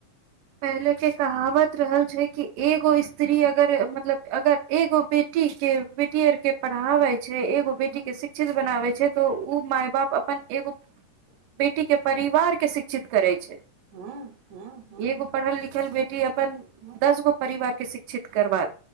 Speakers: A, on the right; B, on the right.
A: पहिले के कहावत रहल छै कि एगो स्त्री अगर मतलब अगर एगो बेटी के बेटी आर के पढ़ाबैय छै एगो बेटी
B: हँ
A: के शिक्षित बनाबे छै त ओ माय बाप अपन एगो बेटी टी के परिवारके शिक्षित करै छै
B: हँ हँ हँ
A: एगो पढ़ल लिखल बेटी अपन
B: हँ
A: दस गो परिवार के शिक्ष क्षित करबाक